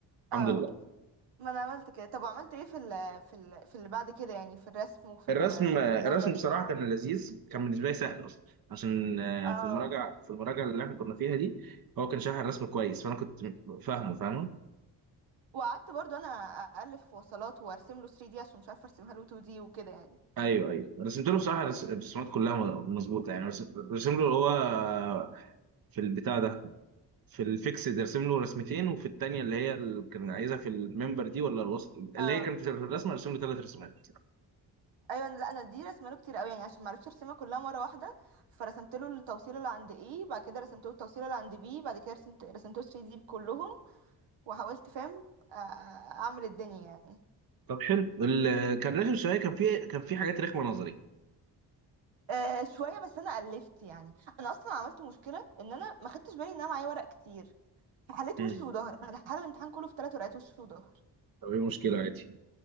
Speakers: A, on the right (about 70°); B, on the right (about 50°).
A: اه
B: الحمد لله
A: ما انا عملت كده طب وعملت ايه في ال في ال في اللي بعد كده يعني في الرسم وفي
B: الرسم
A: ال
B: الرسم
A: في النظري
B: بصراحه كان لذيذ كان بالنسبه لي سهل اصلا عشان آه،
A: اه
B: في المراجعه في المراجعه اللي احنا كنا فيها دي هو كان شارح الرسم كويس فانا كنت فاهمه فاهمه
A: وقعدت برضو انا الف وصلات وارسم له 3 دي عشان مش عارفه ارسمها له 2 دي وكده يعني
B: ايوه ايوه رسمت له بصراحه رس- الرسومات كلها م- مظبوطه يعني رس- رسم له اللي هو في البتاع ده في الفيكسد رسم له رسمتين وفي الثانيه اللي هي اللي كان عايزها في الممبر دي ولا الوسط اللي
A: اه
B: هي كانت في الرسمه رسم له ثلاث رسومات
A: ايوه أنا- لا انا دي رسمه له كتير قوي يعني عشان ما عرفتش ارسمها كلها مره واحده فرسمت له التوصيله اللي عند ايه بعد كده رسمت له التوصيله اللي عند بي بعد كده رسمت رسمت له 3 دي كلهم وحاولت فاهم آه، اعمل الدنيا يعني
B: طب حلو اللي كان رخم شويه كان في كان في حاجات رخمه نظري
A: آه شويه بس انا الفت يعني انا اصلا عملت مشكله ان انا ما خدتش بالي ان انا معايا ورق كتير فحليت
B: مم.
A: وش وظهر فانا حل الامتحان كله في ثلاث ورقات وش وظهر
B: طب ايه المشكلة عادي